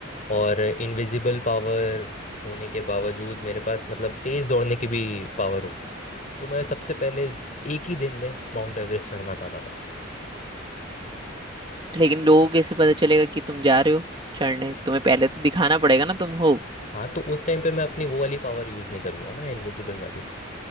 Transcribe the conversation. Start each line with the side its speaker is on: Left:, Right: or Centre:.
Left: और इनविजिबल पावर होने के बावजूद मेरे पास मतलब तेज़ दौड़ने की भी पावर होती तो मैं सबसे पहले एक ही दिन में माउंट एवरेस्ट चढ़ना चाहता था
Right: लेकिन लोगों कैसे पता चलेगा कि तुम जा रहे हो चढ़ने तुम्हें पहले तो दिखाना पड़ेगा ना तुम हो
Left: हाँ तो उस टाइम पे मैं अपनी वो वाली पावर यूज़ नहीं करूँगा ना इनविजिबल वाली